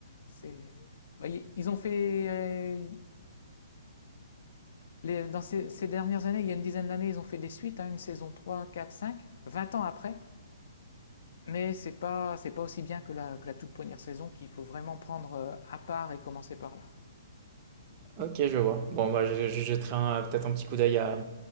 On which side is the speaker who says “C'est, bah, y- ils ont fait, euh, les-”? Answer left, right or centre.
Left